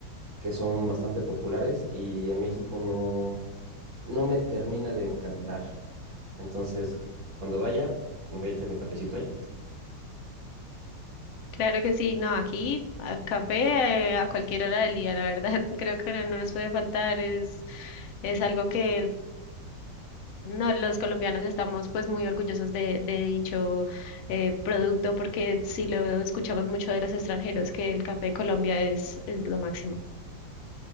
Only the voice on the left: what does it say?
Claro que sí, no, aquí a café eh, a cualquier hora del día, la verdad, <laughs> creo que no no nos puede faltar, es, es algo que No, los colombianos estamos pues muy orgullosos de, de dicho eh, producto porque sí lo escuchamos mucho de los extranjeros que el café de Colombia es, es lo máximo.